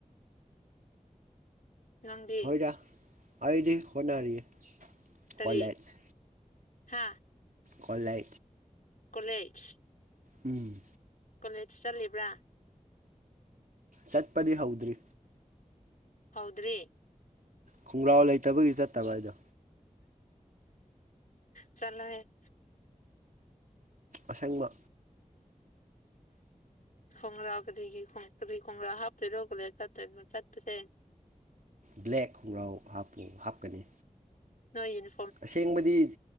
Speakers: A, on the left (about 70°); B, on the right (about 75°).
A: ꯅꯪꯗꯤ
B: ꯍꯣꯏꯗ ꯑꯩꯗꯤ ꯍꯣꯠꯅꯔꯤꯌꯦ
A: ꯀꯔꯤ
B: ꯀꯣꯂꯦꯖ
A: ꯍꯥ
B: ꯀꯂꯦ
A: ꯀꯣꯂꯦꯖ
B: ꯎꯝ
A: ꯀꯣꯂꯦꯖ ꯆꯠꯂꯤꯕ꯭ꯔꯥ
B: ꯆꯠꯄꯗꯤ ꯍꯧꯗ꯭ꯔꯤ
A: ꯍꯧꯗ꯭ꯔꯤ
B: ꯈꯣꯡꯒ꯭ꯔꯥꯎ ꯂꯩꯇꯕꯒꯤ ꯆꯠꯇꯕ ꯍꯥꯏꯗꯣ
A: ꯆꯂꯣ ꯍꯦ
B: ꯑꯁꯦꯡꯕ
A: ꯈꯣꯡꯒ꯭ꯔꯥ ꯀꯔꯤꯒꯤꯣꯡ ꯀꯔꯤ ꯈꯣꯡꯒ꯭ꯔꯥ ꯍꯥꯞꯇꯣꯏꯔꯣ ꯀꯂ ꯆꯠꯇꯣꯏ ꯆꯠꯄꯁꯦ
B: ꯕ꯭ꯂꯦꯛ ꯈꯣꯡꯒ꯭ꯔꯥꯎ ꯍꯥꯄꯨ ꯍꯥꯞꯀꯅꯤ
A: ꯅꯣꯏꯅ
B: ꯑꯁꯦꯡꯕꯗꯤ